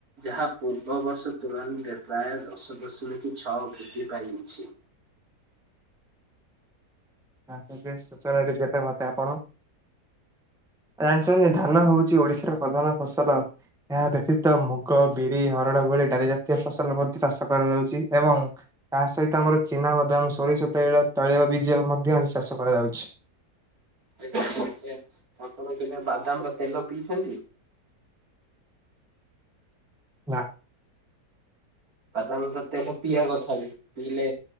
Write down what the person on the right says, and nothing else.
ଯାହା ପୂର୍ବ ବର୍ଷ ତୁଳନାରେ ପ୍ରାୟ ଦଶ ଦଶମିକି ଛଅ ବୃଦ୍ଧି ପାଇଅଛି।
ଆଜ୍ଞା <inaudible> ଆପଣ କେବେ ବାଦାମର ତେଲ ପିଇଛନ୍ତି?
ବାଦମର ତେଲ ପିଇବା କଥା ନୁହଁ ପିଇଲେ